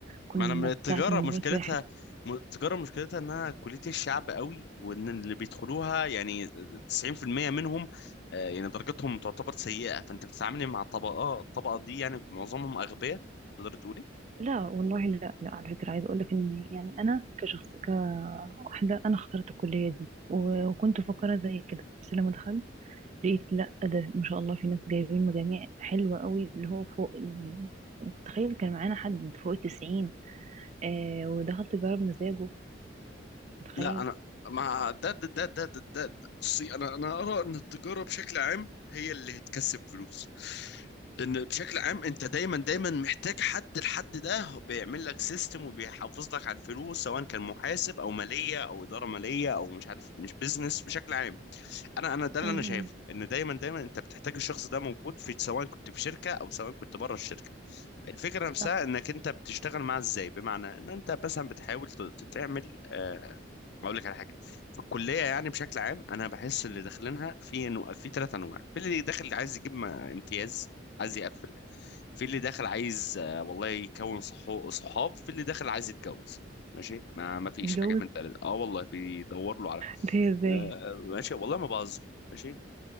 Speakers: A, on the right; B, on the left.
A: كنا
B: ما انا من التجاره
A: بتاع 800
B: مشكلتها
A: واحد
B: م- التجاره مشكلتها انها كليه الشعب قوي وان اللي بيدخلوها يعني 90% منهم آه، يعني درجتهم تعتبر سيئه فانت بتتعاملي مع طبقات الطبقه دي يعني معظمهم اغبياء تقدر تقول
A: لا والله لا لا على فكرة عايزة أقولك إن يعني أنا كشخص كواحدة أنا اخترت الكلية دي و- وكنت مفكرة زي كده بس لما دخلت لقيت لا ده ما شاء الله في ناس جايبين مجاميع حلوة قوي اللي هو فوق ال- تخيل كان معانا حد فوق التسعين آه ودخلت جرب مزاجه تخيل
B: لا انا مع ده ده ده ده ده, ده, ده. بصي انا انا ارى ان التجاره بشكل عام هي اللي هتكسب فلوس لان بشكل عام انت دايما دايما محتاج حد الحد ده بيعمل لك سيستم وبيحافظ لك على الفلوس سواء كان محاسب او ماليه او اداره ماليه او مش عارف مش بيزنس بشكل عام انا انا ده اللي
A: امم
B: انا شايفه ان دايما دايما انت بتحتاج الشخص ده موجود في سواء كنت في شركه او سواء كنت بره الشركه الفكرة نفسها
A: صح
B: انك انت بتشتغل معاه ازاي بمعنى ان انت مثلا بتحاول ت- تعمل آه، اقول لك على حاجة في الكلية يعني بشكل عام انا بحس اللي داخلينها في انه في ثلاث انواع في اللي داخل عايز يجيب م- امتياز عايز يقفل في اللي داخل عايز آه، والله يكون صحو- صحاب في اللي داخل عايز يتجوز ماشي ما ما فيش
A: اتجوز
B: حاجة من ثلاثة اه والله بيدور له على
A: ده إيه ازاي
B: آه، ماشي والله ما بهزر ماشي